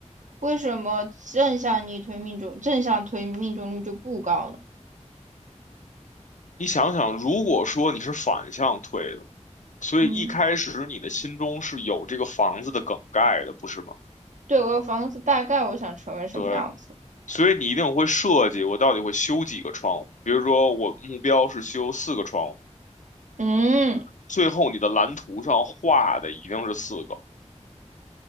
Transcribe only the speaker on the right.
为什么正向逆推命中，正向推命中率就不高呢？
嗯。
对，我有房子，大概我想成为什么样子？
嗯，